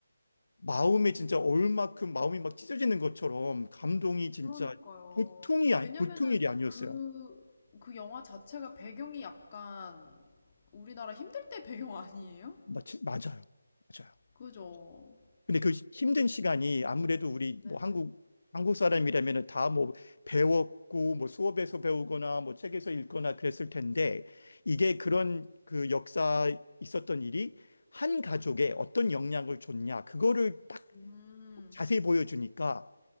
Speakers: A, on the left (about 65°); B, on the left (about 25°).
A: 마음이 진짜 얼만큼 마음이 막 찢어지는 것처럼 감동이 진짜
B: 그러니까요.
A: 보통이 아니,
B: 왜냐면은
A: 보통 일이 아니었어요.
B: 그, 그 영화 자체가 배경이 약간 우리나라 힘들 때 배경 아니에요?
A: 마치, 맞아요. 맞아요.
B: 그죠?
A: 근데 그 힘든 시간이 아무래도 우리
B: 네.
A: 뭐 한국 한국 사람이라면 다 뭐 배웠고 뭐 수업에서 배우거나 뭐 책에서 읽거나 그랬을 텐데 이게 그런 그 역사 있었던 일이 한 가족에 어떤 영향을 줬냐 그거를 딱
B: 음,
A: 자세히 보여주니까